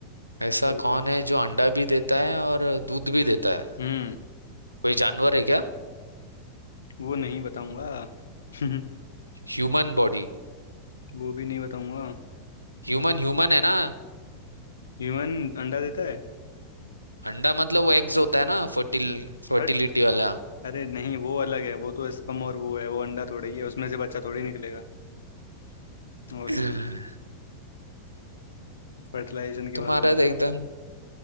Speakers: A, on the right; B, on the left.
A: ऐसा
B: वही
A: कौन
B: तो
A: है जो अंडा भी देता है और दूध भी देता है
B: हम्म
A: कोई जानवर है क्या
B: वो नहीं बताऊंगा हम्म,
A: Human body
B: वो भी नहीं बताऊंगा
A: ह्यूमन ह्यूमन है ना
B: ह्यूमन अंडा देता है
A: अंडा मतलब वो एग्स होता है ना फर्टिल फर्टिलिटी
B: हट
A: वाला
B: अरे नहीं वो अलग है वो तो स्पर्म और वो है वो अंडा थोड़ा ही है उसमें से बच्चा थोड़ी निकलेगा और
A: <sighs> अ,
B: क्या फर्टिलाइजेशन के
A: तुम्हारा
B: बाद बनता
A: तो एकदम